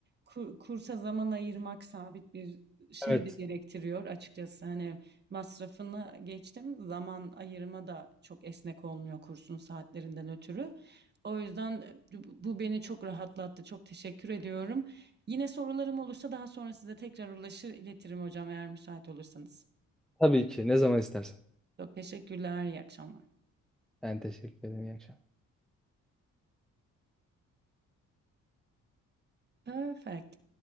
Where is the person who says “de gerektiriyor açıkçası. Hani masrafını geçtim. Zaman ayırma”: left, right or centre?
Right